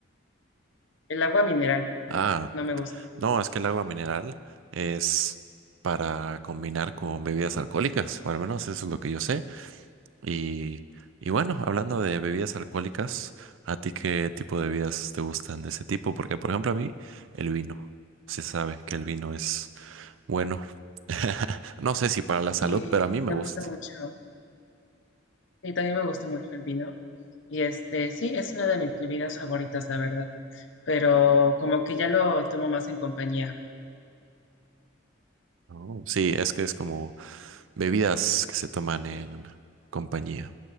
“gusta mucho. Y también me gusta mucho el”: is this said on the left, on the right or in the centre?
Left